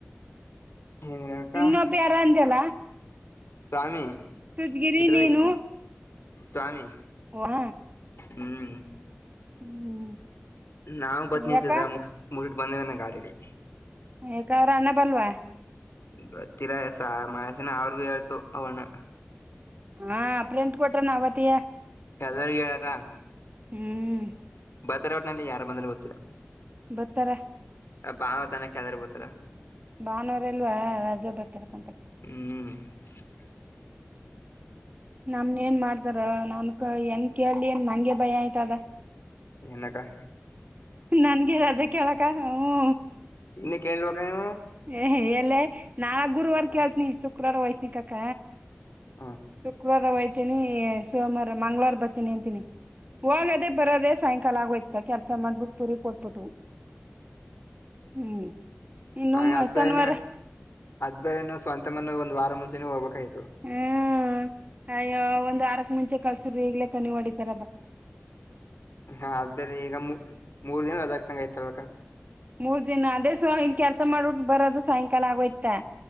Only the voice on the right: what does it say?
ಇನ್ನೊಬ್ಬ ಯಾರ ಅಂದ್ಯಲ್ಲ
ತುಜ್ಗಿರಿ
ನೀನು
ವಾ
ಹ್ಮ್.
ಯಾಕ
ಏಕಾದ್ರ ಅಣನ್ನ ಬಲ್ವಾ.
ಹಾ ಅಪ್ರಂತ್ ಕೊಟ್ರ ನ ಅವತಿಯ.
ಹ್ಮ್.
ಬತ್ತರ.
ಭಾನುವರೆಲ್ವಾ ರಾಜ್ ಬರ್ತಾರ ಕಂತ.
ನಮ್ನ್ ಏನ್ ಮಾಡತಾರ ನಾ ಕ ಏನ್ ಕೇಳಲಿ ನ್ ನಂಗೆ ಭಯ ಆಯ್ತ ಅದ.
ನನ್ಗೆ ಅದೇ ಕೇಳಕ್ಕ ಹ್ಮ.
ಏ ಎಲ್ಲ ನಾ ಗುರುವಾರ
ಕೇಳ್ತನಿ ಶುಕ್ರವಾರ ಒಯ್ತನಕ್ಕಕ್ಕ.
ಶವರ ಹಯ್ತೀನಿ ಸೋಮವಾರ ಮಂಗಳವಾರ ಬರ್ತೀನಿ ಅಂತೀನಿ. ಹೋಗಾಗದೇ ಬರೋದೆೇ ಸಾಯಂಕಾಲ ಆಗೋಯ್ತಾ ಕೆಲ್ಸ ಮಾಡ್ಬಿಟ್ಟು ಪೂರಿ ಕೊಟ್ಬಿಟ್ಟವು. ಹ್ಮ್. ಇನ್ನು
ಶನಿವಾರ
ಹ್ಮ್ ಅಯ್ಯೋ ಒಂದ್ ವಾರಕ್ ಮುಂಚೆ. ೆ ಕಳ್ಸ್ರ <unintelligible> ಈಗ್ಲೇ ಕನಿ ಮಾಡಡಿತಾರಬ.
ಮೂರ್ ದಿನ ಅದೇ ಸೊ ಇನ್ ಕೆಲ್ಸ ಮಾಡಬಿಟ್ಟು ಬರೋದು ಸಾಯಂಕಾಲ ಆಗೋಯ್ತಾ